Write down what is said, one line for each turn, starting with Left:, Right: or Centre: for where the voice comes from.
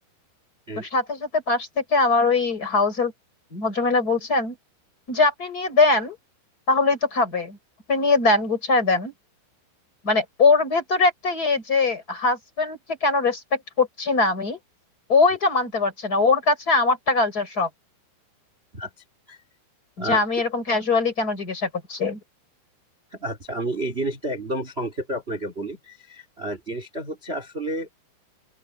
Right: হ্যাঁ
Left: তো সাথে সাথে পাশ থেকে আমার ওই হাউস হেল্প ভদ্রমহিলা বলছেন যে আপনি নিয়ে দেন তাহলেই তো খাবে আপনি নিয়ে দেন গুছায় দেন মানে ওর ভেতরে একটা ইয়ে যে হাজবেন্ডকে কেন রেসপেক্ট করছি না আমি ও
Right: হুম,
Left: এটা মানতে পারছে না ওর কাছে আমারটা কালচার শক
Right: আচ্ছা
Left: যে
Right: আহ,
Left: আমি এরকম ক্যাজুয়ালি কেন জিজ্ঞাসা করছি
Right: আচ্ছা আমি এই জিনিসটা একদম সংক্ষেপে আপনাকে বলি আহ, জিনিসটা হচ্ছে আসলে